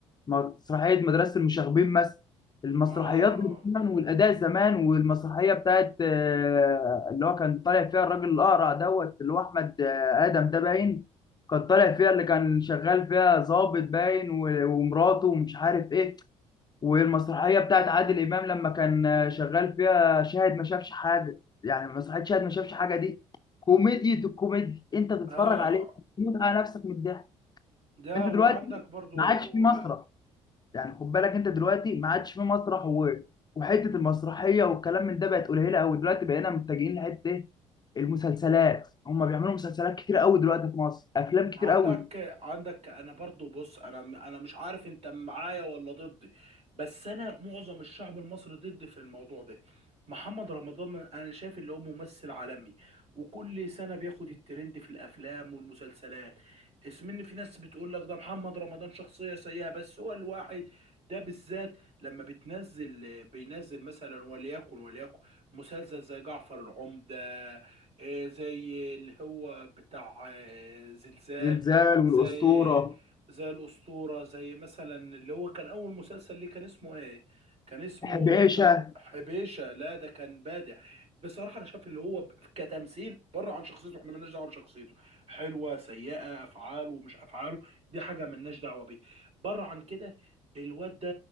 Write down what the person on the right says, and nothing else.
آه
آه
ده
وعندك برضو
آه،
عندك
عندك انا برضو بص انا انا مش عارف انت معايا ولا ضدي بس انا معظم الشعب المصري ضد في الموضوع ده محمد رمضان انا شايف اللي هو ممثل عالمي وكل سنة بياخد الترند في الافلام والمسلسلات اسم ان في ناس بتقول لك ده محمد رمضان شخصية سيئة بس هو الواحد ده بالذات لما بتنزل بينزل مثلا وليكن وليكن مسلسل زي جعفر العمدة آه، زي اللي هو بتاع آه، زلزال
زي زي الأسطورة زي مثلا اللي هو كان أول مسلسل ليه كان اسمه إيه؟ كان اسمه
بتاع حبيشة لا ده كان بادع بصراحة أنا شايف اللي هو كتمثيل بره عن شخصيته إحنا مالناش دعوة بشخصيته حلوة سيئة أفعاله مش أفعاله دي حاجة مالناش دعوة بيه بره عن كده الواد ده